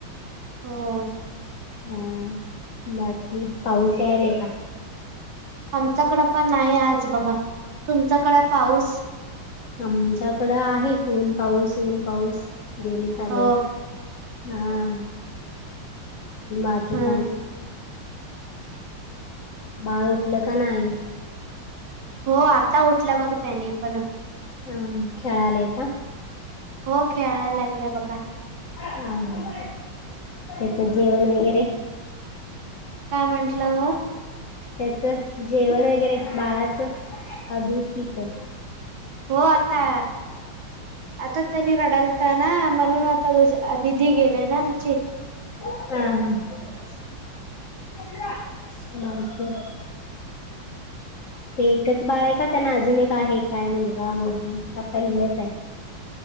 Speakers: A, on the right; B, on the left.
A: हो.
B: हा बाकी पाऊस यायलाय का
A: आमच्याकड पण नाही आज बघा तुमच्याकडे पाऊस
B: आमच्याकडं आहे ऊन पाऊस, ऊन पाऊस दोन्ही चालूय
A: हो
B: हा बाकी
A: हं
B: काय बाळ उठलं का नाही?
A: हो आता उठला बघ त्यांनीपण
B: हम् खेळलाय का?
A: हो खेळायला लागलेय बघा
B: हा, हा त्याच जेवण वगैरे
A: काय म्हंटला ओ
B: त्याच जेवण वगैरे बाळाच का दूध पितय
A: हो आता आता त्यांनी रडलता ना म्हणून आता तु दिदी गेले ना आमची
B: ह, ह ते एकच बाळ आहे का त्यांला अजुून एक का आहे काय मुलगा, मुलगी का पहिलंच आहे